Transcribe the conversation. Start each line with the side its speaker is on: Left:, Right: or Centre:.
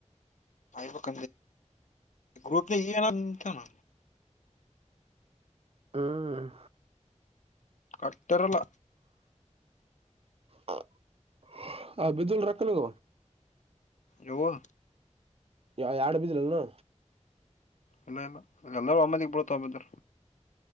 Left: ಪಕ ಗ್ರಪ ಇ ನ <unintelligible>
Right: ಹ್ಮ್
Left: ಕಟ್ಟರಲ್ಲ
Right: ಹ- ಬಜಲು ರಕ್ಕಲುಗ.
Left: ಯವ
Right: ಯ- ಆಡು ಬಜಲಲ್ಲ ನು.
Left: ಇಲ್ಲ ಇಲ್ಲ ಎಲ್ಲರೂ ಒಮ್ಮದಗ್ ಬಿಡತ ಹಬಿದರಿ.